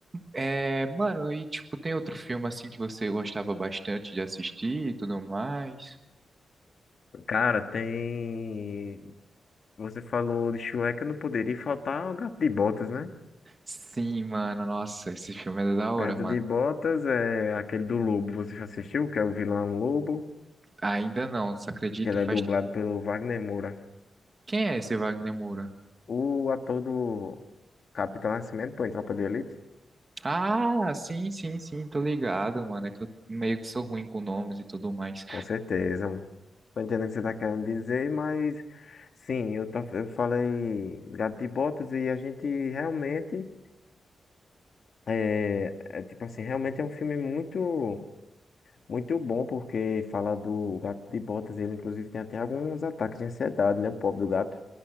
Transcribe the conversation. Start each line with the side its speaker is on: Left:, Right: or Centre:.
Right: É, mano, e tipo, tem outro filme assim que você gostava bastante de assistir e tudo mais?
Left: Cara, tem. Você falou de Shrek, eu não poderia faltar o Gato de Botas, né?
Right: Sim, mano, nossa, esse filme é da hora,
Left: Gato
Right: mano.
Left: de Botas é aquele do Lobo, você já assistiu? Que é o vilão Lobo,
Right: Ainda não, você acredita?
Left: que ele
Right: Faz...
Left: é dublado pelo Wagner Moura.
Right: Quem é esse Wagner Moura?
Left: O ator do Capitão Nascimento, pô, em Tropa de Elite?
Right: Ah, sim, sim, sim, tô ligado, mano. É que eu meio que sou ruim com nomes e tudo mais.
Left: Com certeza. mano. Tô entendendo o que você tá querendo dizer, mas sim, eu, tá, eu falei Gato de Botas e a gente realmente é, é tipo assim, realmente é um filme muito muito bom porque fala do Gato de Botas, ele inclusive tem até alguns ataques de ansiedade, né, o pobre do gato.